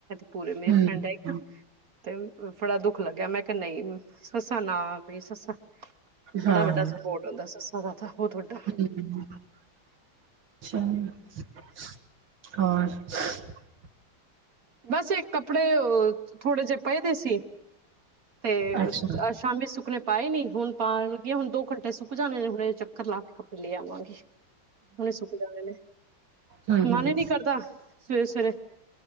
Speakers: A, on the right; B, on the right.
A: ਪੂਰੇ ਮੇਰੀ
B: ਹਮ
A: ਫਰੈਂਡ ਹੈ ਇੱਕ ਤੇ ਫੜਾ ਦੁੱਖ ਲੱਗਿਆ ਮੈਂ ਕਿਹਾ ਨਹੀਂ ਸੱਸਾ ਨਾ ਪਈ ਸੱਸਾ
B: ਹਾਂ
A: ਬੜਾ ਵੱਡਾ ਸਪੋਰਟ ਹੁੰਦਾ ਸਾ ਤਥਾ ਬਹੁਤ ਵੱਡਾ
B: ਅ ਚਾ ਹੋਰ
A: ਬਸ ਇੱਕ ਕੱਪੜੇ ਥੋੜੇ ਜਿਹੇ ਪਏਦੇ ਸੀ ਤੇ
B: ਅੱਛਾ
A: ਅ ਸ਼ਾਮੀ ਕੱਪਣੇ ਪਾਏ ਨੀ ਹੁਣ ਪਾਗੀਆਂ ਹੁਣ ਦੋ ਘੰਟੇ ਸੁੱਕ ਜਾਣੇ ਨੇ ਹੁਣੇ ਚੱਕਰ ਲਾ ਕੇ ਕੱੜੇ ਲੈ ਆਵਾਂਗੇ ਹੁਣੇ ਸੁੱਕ ਜਾੇ ਨੇ
B: ਹਮ
A: ਮਨ
B: ਹਮ
A: ਹੀ ਨੀ ਕਰਦਾ ਸਵੇਰੇ ਸਵੇਰੇ